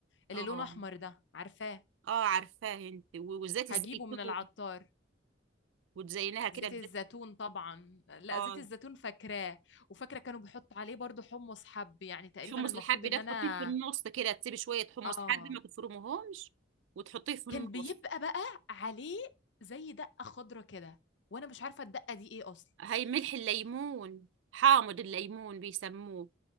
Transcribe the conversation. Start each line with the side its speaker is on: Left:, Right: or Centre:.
Left: اللي
Right: اه
Left: لونه احمر ده عارفاه
Right: اه عارفاه انت و- وزيت
Left: هجيبه
Right: الزيتون
Left: من العطار
Right: وتزينها كده
Left: زيت
Right: بزيت
Left: الزيتون طبعا لا
Right: اه
Left: زيت الزيتون فاكراه وفاكره كانوا بيحطوا عليه برضو حمص حب يعني تقريبا
Right: الحمص
Left: المفروض
Right: الحب
Left: ان
Right: ده تحطيه
Left: انا
Right: في النص كده تسيبي شوية حمص
Left: اه
Right: حب ما تفرمهمش وتحطيه في
Left: كان
Right: النص
Left: بيبقى بقى عليه زي دقه خضره كده وانا مش عارفه الدقه دي ايه اصلا
Right: هي ملح الليمون حامض الليمون بيسموه